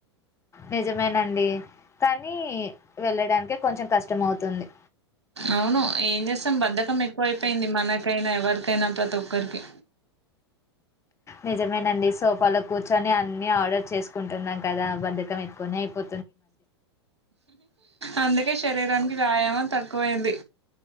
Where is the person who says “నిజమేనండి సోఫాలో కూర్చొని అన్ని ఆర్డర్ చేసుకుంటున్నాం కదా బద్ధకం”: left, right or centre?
Left